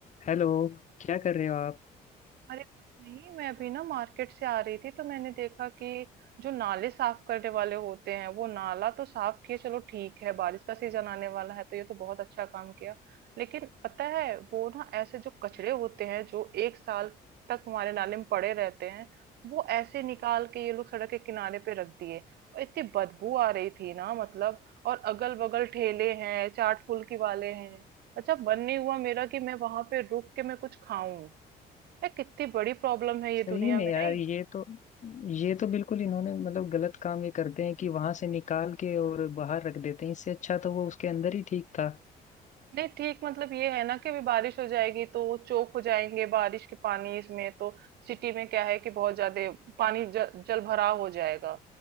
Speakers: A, on the left; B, on the right.
A: Hello क्या कर रहे हो आप
B: अरे कुछ नहीं मैं अभी ना मार्केट से आ रही थी तो मैंने देखा कि जो नाले साफ करने वाले होते हैं वो नाला तो साफ किए चलो ठीक है बारिश का सीजन आने वाला है तो ये तो बहुत अच्छा काम किया लेकिन पता है वो ना ऐसे जो कचरे होते हैं जो एक साल तक हमारे नाले में पड़े रहते हैं वो ऐसे निकाल के ये लोग सड़क के किनारे पे रख दिए और इतनी बदबू आ रही थी ना मतलब और अगल बगल ठेले हैं चाट फुल्की वाले हैं अच्छा मन नहीं हुआ मेरा कि मैं वहां पे रुक के मैं कुछ खाऊं यार कितनी बड़ी प्रॉब्लम है ये
A: सही
B: दुनिया
A: में
B: में
A: यार
B: नहीं?
A: ये तो ये तो बिल्कुल इन्होंने मतलब गलत काम ये करते हैं कि वहां से निकाल के और बाहर रख देते हैं इससे अच्छा तो वो उसके अंदर ही ठीक था
B: नहीं ठीक मतलब ये है ना कि अभी बारिश हो जाएगी तो वो चोक हो जाएंगे बारिश के पानी इसमें तो सिटी में क्या है कि बहुत ज्यादा पानी ज, जल भराव हो जाएगा